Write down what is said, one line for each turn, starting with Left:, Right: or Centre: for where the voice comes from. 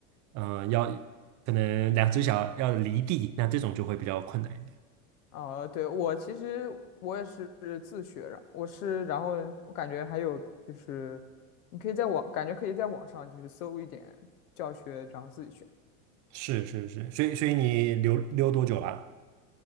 Right: 嗯，要可能两只脚要离地，那这种就会比较困难一点。
Left: 啊、对，我其实我也是自学的，我是，然后我感觉还有就是，你可以在网，感觉可以在网上就是搜一点教学，然后自己学。
Right: 是是是，所以所以你溜溜多久了？